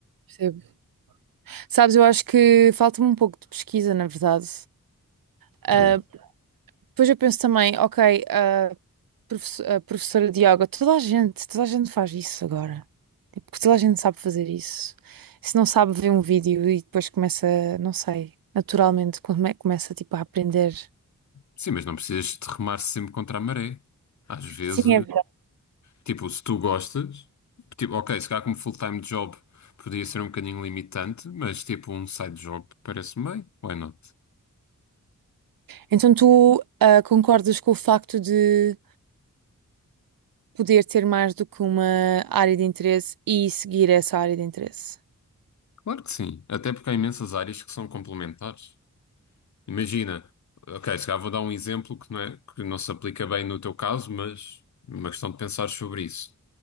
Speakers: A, on the right; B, on the left.
A: percebo. Sabes, eu acho que falta-me um pouco de pesquisa, na verdade. Ah,
B: True.
A: depois eu penso também, ok, a, profe- a professora de yoga, toda a gente, toda a gente faz isso agora. Tipo, toda a gente sabe fazer isso. Se não sabe, vê um vídeo e depois começa, não sei, naturalmente, come- começa tipo a aprender.
B: Sim, mas não precisas de remar sempre contra a maré. Às vezes.
A: sim é
B: Tipo, se tu gostas, tipo, ok, se calhar como full-time job podia ser um bocadinho limitante, mas tipo um side job parece-me bem, why not?
A: Então tu ah, concordas com o facto de poder ter mais do que uma área de interesse e seguir essa área de interesse?
B: Claro que sim, até porque há imensas áreas que são complementares. Imagina, ok, se calhar vou dar um exemplo que não é, que não se aplica bem no teu caso, mas é uma questão de pensar sobre isso.